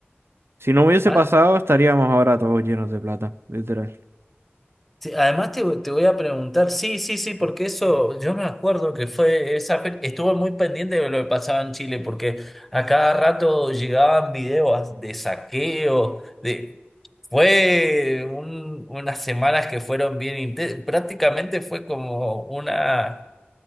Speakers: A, on the right; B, in the centre.
A: si no hubiese
B: Ah,
A: pasado, estaríamos ahora todos llenos de plata, literal.
B: sí, además te, te voy a preguntar, sí, sí, sí, porque eso, yo me acuerdo que fue esa, fe- estuve muy pendiente de lo que pasaba en Chile, porque a cada rato llegaban videos de saqueo, de, fue un- unas semanas que fueron bien intensas, prácticamente fue como una